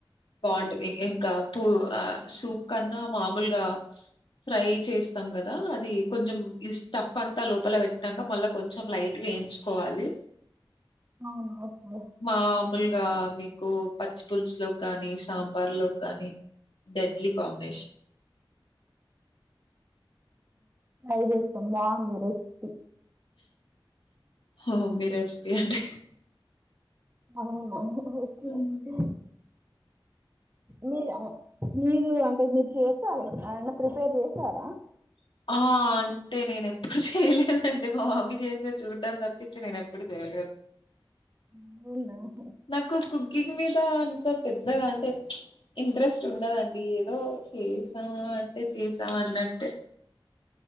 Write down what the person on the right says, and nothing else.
అవునా <unintelligible>
ఐదు సమాన్ రష్టి
అవునా ఓకే
హ్మ్ మీదా మీరు అంటే మీరు చేస్తారా ఏమన్నా ప్రిపేర్ చేసారా
<unintelligible>